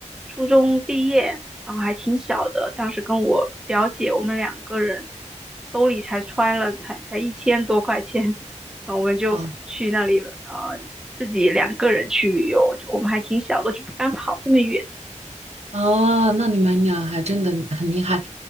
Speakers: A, in the centre; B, on the right (about 60°).
A: 初中毕业，然后还挺小的。当时跟我表姐，我们两个人兜里才揣了才才一千多块钱，然后我们就去那里，
B: 啊
A: 呃，自己两个人去旅游，就我们还挺小的，就不敢跑这么远。
B: 啊，那你们俩还真的很厉害。